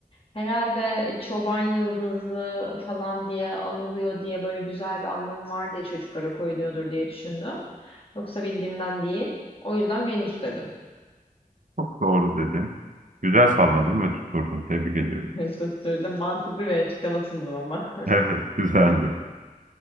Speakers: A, on the left; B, on the right.
A: Herhalde e, çoban yıldızı falan diye anılıyor diye böyle güzel bir anlamı var diye çocuklara koyuluyordur diye düşündüm. Yoksa bildiğimden değil. O yüzden Venüs dedim.
B: Çok doğru dedin. Güzel salladın ve tutturdun. Tebrik ediyorum.
A: <laughs> Tutturdum. Mantıklı bir açıklama sundum ama. <laughs>
B: <laughs> Evet, güzeldi.